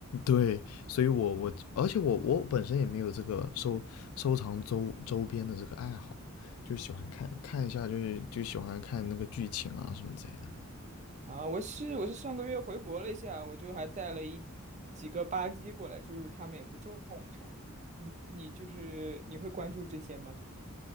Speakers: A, on the left; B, on the right.
A: 对，所以我我而且我我本身也没有这个收收藏周周边的这个爱好，就喜欢看看一下，就是就喜欢看那个剧情啊什么之类的。
B: 啊。我是我是上个月回国了一下，我就还带了一几个吧唧过来，就是他们也不重这样你你就是你会关注这些吗？